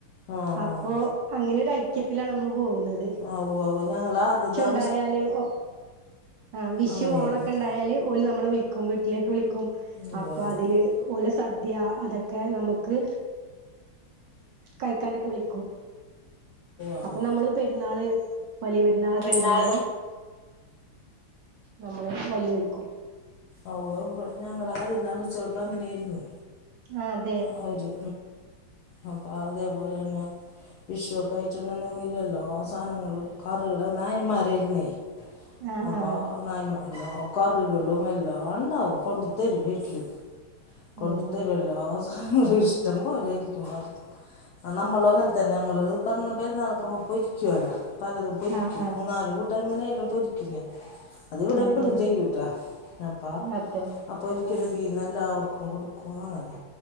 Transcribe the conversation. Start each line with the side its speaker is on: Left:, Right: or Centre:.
Left: ആഹ്
Right: അപ്പോ
Left: ആഹ്
Right: അങ്ങനെ ഒരു ഐക്യത്തിലാണ് നമ്മള് പോകുന്നത്
Left: ആ ആ ഞങ്ങളാ ആദ്യം താ
Right: ട്ടായാല് ഓ ആ വിഷു
Left: അങ്ങനെയായിരുന്നു
Right: ഓണോക്കെ ഉണ്ട ണ്ടായാല് ഓല് നമ്മളെ വിളിക്കും വീട്ടിലേക്ക് വിളിക്കും
Left: ഉവ്വ്
Right: അപ്പൊ
Left: ഉവ്വ് ഉവ്വ്
Right: അതില് ഓലെ സദ്യ അതൊക്കെ നമുക്ക് കഴിക്കാനൊക്കെ വിളിക്കും
Left: ഉവ്വ്
Right: അപ്പൊ നമ്മള് പെരുന്നാള് വലിയ പെ രുന്നാളൊക്കെ
Left: പെരുന്നാളൊക്കെ
Right: വരുമ്പോ നമ്മള് ഓലെയും വിളിക്കും
Left: ഓ അ ഞങ്ങൾ ആദ്യം തമച്ചോടുത്ത് അങ്ങനൊയിരുന്നു
Right: ആഹ
Left: അവര് അപ്പം അതേപോലെ തന്നെ വിഷുക്കെ ആയിട്ടുണ്ടന്നെങ്കില്ലല്ലോ അവസാനങ്ങൾ കറുക ള് നായന്മാരായിരുന്നേ
Right: ആഹ്
Left: അപ്പൊ
Right: ആഹ്
Left: നായൻമാ എല്ലാ കറികളും എല്ലാം ഉണ്ടാവും കൊണ്ട് തരും വീട്ടില് കൊണ്ട്
Right: ഉം
Left: തരും എ എല്ലാ സാധനങ്ങളും ഇഷ്ടം പോലായിരിക്കും വർ ആ നമ്മളും അങ്ങനെ തന്നെ നമ്മൾ പറഞ്ഞ പെരുന്നാളൊക്കെ ആകുമ്പോ പൊരിക്കുവല്ലോ പലതും പൊരിക്കും
Right: ആഹ് ആഹ്
Left: മൂന്നാല് കൂ ട്ട എങ്ങനെയല്ലാം പൊരിക്ക ഞ അതിടെ
Right: അതെ
Left: എപ്പഴും ചെയ്യൂട്ടാ നപ്പാ
Right: അതെ
Left: അപ്പോൾ ഒരിക്കരു
Right: ഉം
Left: രീ എല്ലാവർക്കും കൊടുക്കും അങ്ങനെ